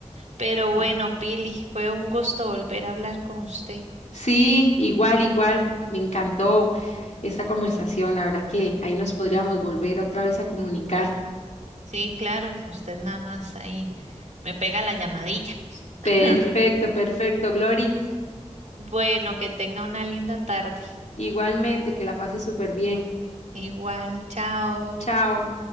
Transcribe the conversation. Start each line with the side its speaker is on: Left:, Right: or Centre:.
Right: Pero bueno,
Left: ¿verdad?
Right: Pili, fue un gusto volver a hablar con usted.
Left: Sí, igual, igual, me encantó esta conversación, la verdad que ahí nos podríamos volver otra vez a comunicar.
Right: Sí, claro, usted nada más ahí me pega la llamadilla.
Left: Perfecto,
Right: <laughs>
Left: perfecto, Glory.
Right: Bueno, que tenga una linda tarde.
Left: Igualmente, que la pase súper bien.
Right: Igual, chao.
Left: Chao.